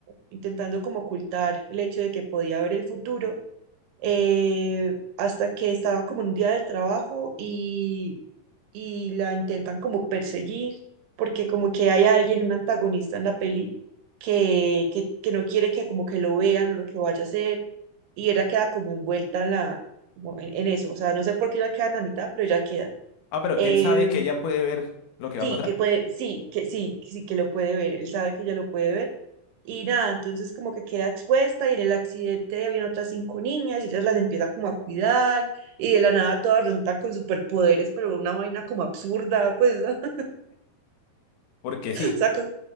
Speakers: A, on the right; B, on the left.
A: intentando como ocultar el hecho de que podía ver el futuro eh, hasta que estaba como en un día del trabajo y, y la intentan como perseguir, porque como que hay alguien, un antagonista en la peli, que, que, que no quiere que como que lo vean o lo que vaya a hacer, y ella queda como envuelta en la, como en, en eso, o sea, no sé por qué ella queda en la mitad, pero ella queda.
B: Ah, pero
A: Eh,
B: él sabe que ella puede ver lo que va
A: Sí,
B: a pasar.
A: que puede, sí, que sí, sí, que lo puede ver, él sabe que ella lo puede ver. Y nada, entonces como que queda expuesta y en el accidente habían otras cinco niñas y ellas las empieza como a cuidar y de la nada todas resultan con superpoderes, pero una vaina como absurda, pues, <laughs> o
B: Porque sí.
A: sea, co-